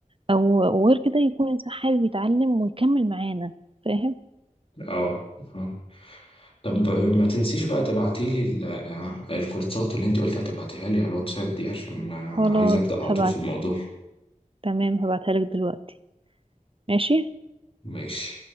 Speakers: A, on the right; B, on the left.
A: او وغير كده يكون انسان حابب يتعلم ويكمل معانا فاهم
B: اه اه طب آه، ما تنسيش بقى تبعتي لي ال- آه، الكورسات اللي انت قلت هتبعتيها لي على الواتساب دي عشان آه،
A: خلاص
B: عايز ابدا على
A: هبعت
B: طول في الموضوع
A: تمام هبعتها لك دلوقتي ماشي
B: ماشي